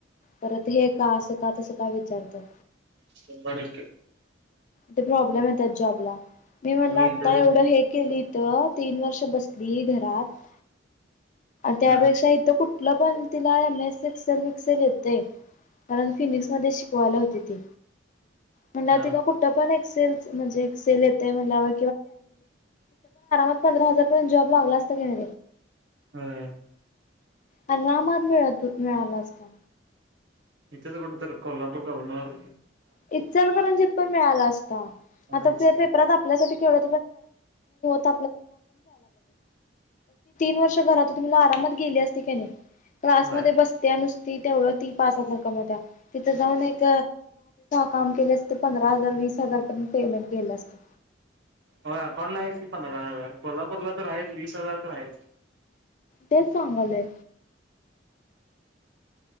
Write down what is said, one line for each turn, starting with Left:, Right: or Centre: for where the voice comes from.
Left: परत हे का असं का तसं का विचारतात
Right: चबाक
Left: ते प्रॉब्लेम आहे त्या जॉबला मी म्हणला
Right: मग
Left: आता
Right: इंटरव्ह्यू
Left: एवढं हे केली तीन वर्ष बसली घरात त्यापेक्षा
Right: हा
Left: इथ कुठ ला प तलाय मे सिकस विकसेते कारण फिनिक्स मध्ये शिकवायला होती ती म्हण
Right: हा
Left: तिला कुठ म्हणल कुण आम प खला असत केन
Right: हम्
Left: अ रामात मिळत मिळाला असता
Right: इथेच कोण तर कोल्हापूर कव्हनर
Left: इचार करंजित पण मिळाला असता आता
Right: होयच
Left: ते
Right: की
Left: पेपरात आपल्यासाठी ब त व तुमला आरामात गेली असते त्याने क्लास
Right: होय
Left: मध्ये बसते नुस ती तेवढं ती पाच हजार कमवत्या तिथं जाऊन एक काम केले असते पंधरा हजार वीस हजार पर्यंत पेमेंट केलं असतं
Right: होय अकाऊंट ला आहेच की पंधरा हजार कोल्हापूरला तर आहेच वीस हजार तर आहे
Left: तेच सांगलेय